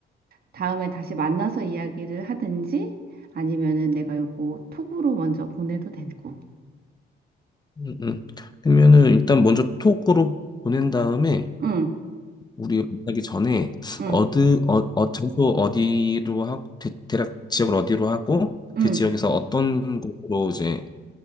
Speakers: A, on the right; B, on the left.
A: 다음에 다시 만나서 이야기를 하든지 아니면은 내가 요거 톡으로 먼저 보내도 되고.
B: 음, 음. 그러면은 일단 먼저 톡으로 보낸 다음에
A: 응,
B: 우리 만나기 전에
A: 응,
B: 어디 어, 어 장소 어디로 하고 대, 략 지역을 어디로 하고
A: 응.
B: 그 지역에서 어떤 곳으로 이제